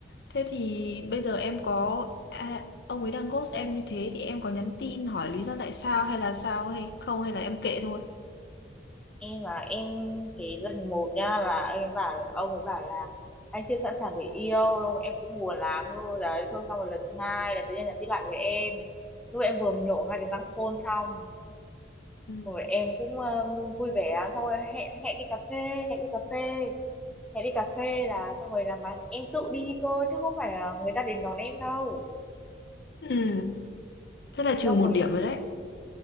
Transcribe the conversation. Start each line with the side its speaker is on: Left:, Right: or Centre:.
Left: Thế thì bây giờ em có à, ông ấy đang ghost em như thế thì em có nhắn tin hỏi lý do tại sao hay là sao hay không hay là em kệ thôi.
Centre: em à em cái lần một nha là em bảo ông ấy bảo là anh chưa sẵn sàng để yêu đâu em cũng buồn lắm thôi đấy thôi xong rồi lần thứ hai là tự nhiên nhắn tin lại với em lúc em vừa mới nhổ hai cái răng khôn xong
Left: Ừ,
Centre: rồi em cũng um, vui vẻ lắm xong rồi hẹn hẹn đi cà phê hẹn đi cà phê hẹn đi cà phê là xong rồi là mà em tự đi cơ chứ không phải là người ta đến đón em đâu
Left: Ừ, thế là trừ
Centre: xong
Left: một
Centre: rồi
Left: điểm
Centre: chị
Left: rồi đấy.